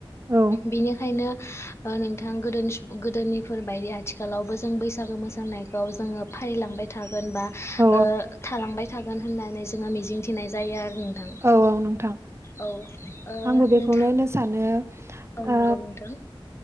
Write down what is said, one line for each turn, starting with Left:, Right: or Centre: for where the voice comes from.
Right: औ
Left: बेनिखायनो ओ नों नोंथां गोदोनि सु गोदोनिफोरबायदि आथिखालावबो जों बैसागो मोसानायखौ जोङो फालिलांबाय था गोन बा
Right: औ
Left: ओ थालांबाय थागोन होननानै जोङो मिजिंथिनाय जायो आरो नोंथां
Right: औ औ नोंथां।
Left: औ ओ
Right: आंबो बेखौनो
Left: नोंथां
Right: होनो सानो
Left: औ
Right: ओ
Left: नंगौ नोंथां